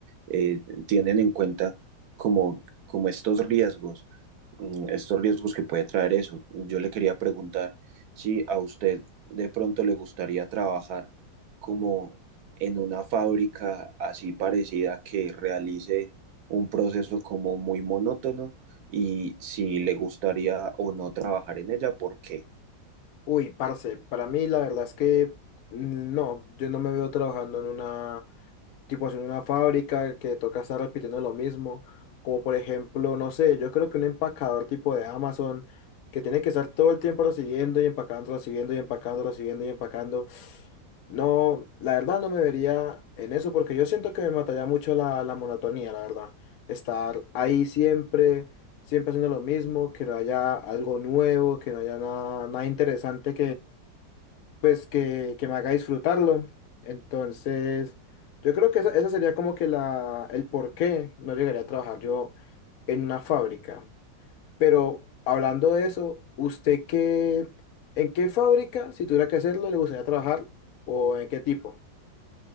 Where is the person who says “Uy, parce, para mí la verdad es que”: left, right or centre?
Left